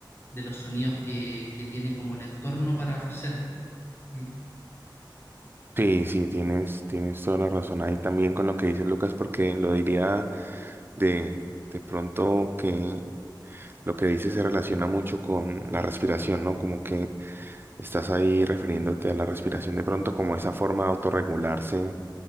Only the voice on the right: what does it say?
Sí, sí, tienes, tienes toda la razón ahí también con lo que dices, Lucas, porque lo diría De, de pronto que lo que dices se relaciona mucho con la respiración, ¿no? Como que estás ahí refiriéndote a la respiración de pronto como esa forma de autorregularse